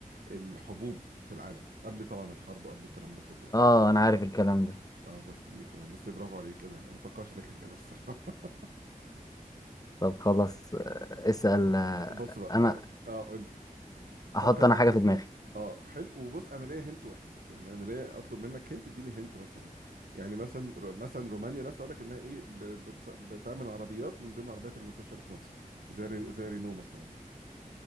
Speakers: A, on the right (about 80°); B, on the left (about 25°).
A: الحبوب في العالم قبل طبعا الحرب وقبل الكلام ده كله يعني
B: أه أنا عارف الكلام ده
A: اه بس دي كمان بس برافو عليك ايه ده انا متوقعش انك هتجيبها الصراحه <laughs>
B: طب خلاص آه، اسأل آه،
A: بص بقى
B: أنا
A: اه آه، قول لي فكر
B: أحط أنا
A: في الفكره
B: حاجة في دماغي
A: اه حلو وبص انا ليا هنت واحد يعني انا ليا اطلب منك هنت اديني هنت مثلا يعني مثلا رو- مثلا رومانيا مثلا اقول لك انها ايه ب- بتص- بتعمل عربيات من ضمن العربيات المنتشره في مصر زي ري- زي رينو مثلا